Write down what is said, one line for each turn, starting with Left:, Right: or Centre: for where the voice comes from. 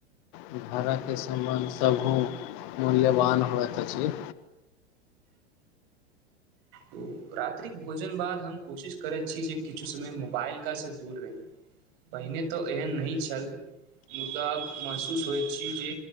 Left: भाड़ाके समामान सभ मूल्यवान होइत अछि
Right: त रात्रिक भोजन बाद हम कोशिश करैत छी जे किछु समय मोबाइलकासँ दूर रही पहिने तऽ एहन नहि छल मुद्दा महसूस होइत छी जे